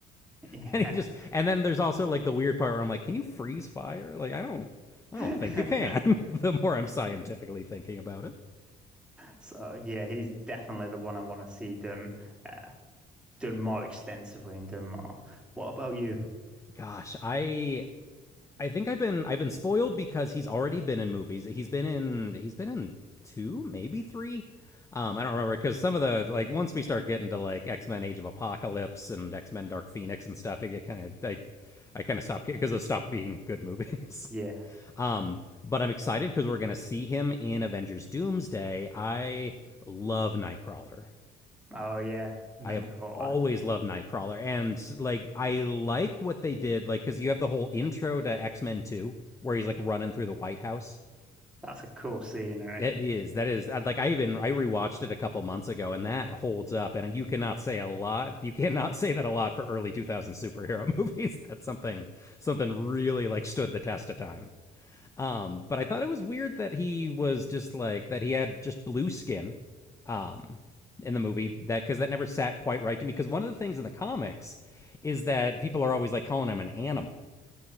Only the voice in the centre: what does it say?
Yeah.
<laughs>
So, yeah, he's definitely the one I want to see done, uh, done more extensively and done more. What about you?
Yeah.
Oh, yeah. Nightcrawler.
That's a cool scene, right?